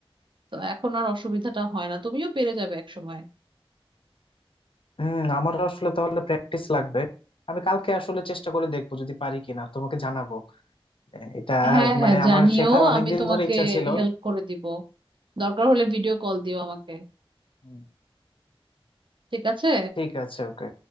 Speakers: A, on the right; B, on the left.
A: তো এখন আর অসুবিধাটা হয় না তুমিও পেরে যাবে এক সময়
B: হম আমারও আসলে তাহলে প্র্যাকটিস লাগবে আমি কালকে আসলে চেষ্টা করে দেখবো যদি পারি কিনা তোমাকে জানাবো আহ, এটা
A: হ্যাঁ হ্যাঁ
B: মানে
A: জানিও
B: আমার শেখার অনেকদিন
A: আমি তোমাকে
B: ধরে ইচ্ছা ছিল
A: হেল্প করে দিব দরকার হলে ভিডিও কল দিও আমাকে
B: হুম,
A: ঠিক আছে
B: ঠিক আছে ওকে